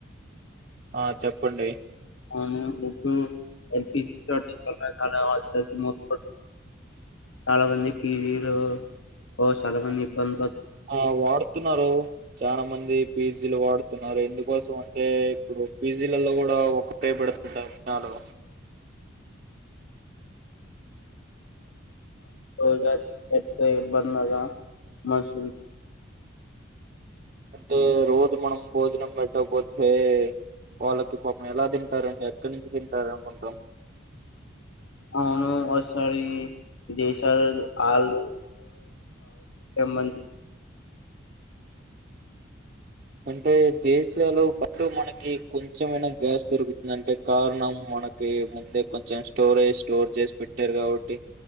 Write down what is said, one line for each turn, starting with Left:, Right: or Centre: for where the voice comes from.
Right: ఆ చెప్పండి
Left: అవును ఇప్పుడు ఎల్పిజ చాలా మూప చాలా మంది పీజీలు చాలా మంది ఇబ్బందులు ప
Right: ఆ వాడుతున్నారు చాలా మంది పిజ్జీలు వాడుతున్నారు ఎందుకోసం అంటే ఇప్పుడు పిజీలలో కూడా ఒకటే పెడుతుంటాయిలో
Left: అ రజ ఇ బంద మసూ
Right: అంటే రోజు మనం భోజనం పెట్టకపోతే వాళ్ళకి పాపం ఎలా తింటారండి ఎక్కడి నుంచి తింటారు అనుకుంటాం
Left: అవును ఒకసారి దేశాలు ఆళ్ళుళ్ మని చె
Right: అంటే దేశలో ఫటు మనకి కొంచెమైనా గ్యాస్ దొరుకుతుంది అంటే కారణం మనకి ముందే కొంచెం స్టోరేజ్ స్టోర్ చేసి పెట్టారు కాబట్టి